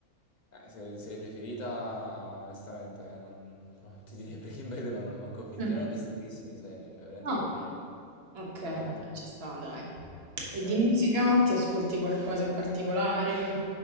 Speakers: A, on the left (about 35°); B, on the right (about 45°).
A: Eh, se, serie preferita, onestamente, eh, non, <laughs> ti direi Breaking Bad, ma non l'ho manco finito.
B: Mm.
A: Già ne ho viste pochissime di serie, cioè veramente
B: No.
A: poche.
B: Ok, vabbè,
A: Veramente,
B: ci sta, dai. E
A: cioè,
B: di musica? Ti ascolti qualcosa in particolare?